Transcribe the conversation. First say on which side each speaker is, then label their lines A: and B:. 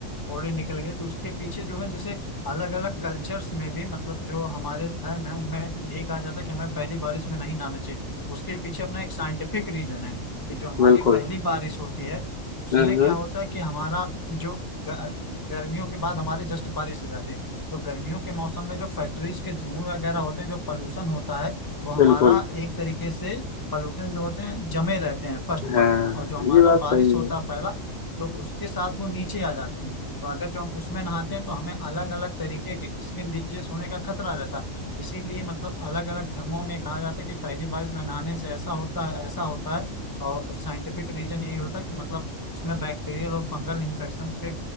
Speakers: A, on the left; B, on the left.
A: फोड़े निकल गए तो उसके पीछे जो है जैसे अलग अलग कल्चर्स में भी मतलब जो हमारे धर्म है उनमें यही कहा जाता है कि हमें पहली बारिश में नहीं नहाना चाहिए उसके पीछे अपना एक साइंटिफिक रीजन है कि जो हमारी
B: बिल्कुल
A: पहली बारिश होती है उसमें
B: हाँ हाँ
A: क्या होता है कि हमारा जो ग- गर्मियों के बाद हमारे जस्ट बारिश हो जाती है तो गर्मियों के मौसम में जो फैक्ट्रीज के धुएं वगैरह होते हैं जो पॉल्यूशन होता है वो हमारा
B: बिल्कुल
A: एक तरीके से पॉल्यूशन जो होते हैं जमे रहते हैं फर्स्ट
B: हाँ
A: बारिश में और जो हमारा
B: ये बात
A: बारिश
B: सही
A: होता
B: है
A: है पहला तो उसके साथ वो नीचे आ जाते हैं तो अगर जो हम उसमें नहाते हैं तो हमें अलग अलग तरीके के स्किन डिजीज होने का खतरा रहता है इसीलिए मतलब अलग अलग धर्मों में कहा जाता है कि पहली बारिश में नहाने से ऐसा होता है ऐसा होता है और साइंटिफिक रीजन यही होता है कि मतलब उसमें बैक्टीरियल और फंगल इन्फेक्शन के